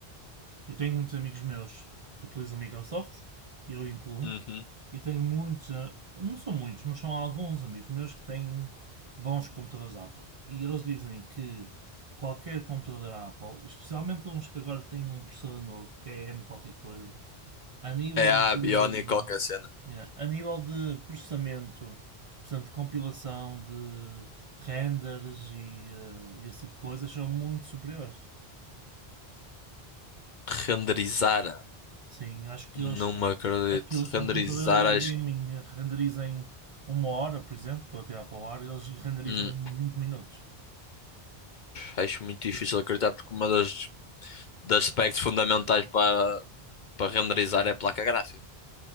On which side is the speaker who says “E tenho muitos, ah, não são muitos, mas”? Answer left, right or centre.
Right